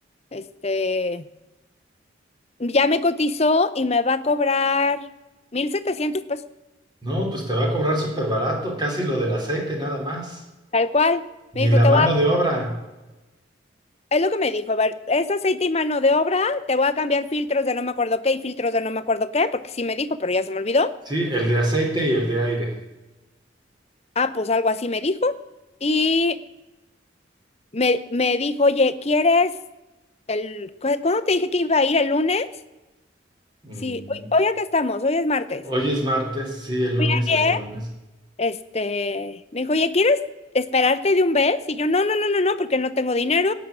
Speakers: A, on the left (about 35°); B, on the right (about 25°).
A: Este, ya me cotizó y me va a cobrar 1.700 pesos,
B: No, pues te va a cobrar súper barato, casi lo del aceite, nada más.
A: tal cual. Me
B: Ni
A: dijo,
B: la
A: te voy
B: mano
A: a,
B: de obra.
A: es lo que me dijo, a ver, es aceite y mano de obra, te voy a cambiar filtros de no me acuerdo qué y filtros de no me acuerdo qué, porque sí me dijo, pero ya se me olvidó.
B: Sí, el de aceite y el de aire.
A: Ah, pues algo así me dijo. Y me, me dijo, oye, ¿quieres? El, ¿cu- ¿cuándo te dije que iba a ir? ¿El lunes?
B: Mm,
A: Sí, hoy, hoy acá estamos, hoy es martes.
B: hoy es martes, sí, el lunes,
A: Fui ayer,
B: ayer lunes.
A: este, me dijo, oye, ¿quieres esperarte de un mes? Y yo, no, no, no, no, no, porque no tengo dinero,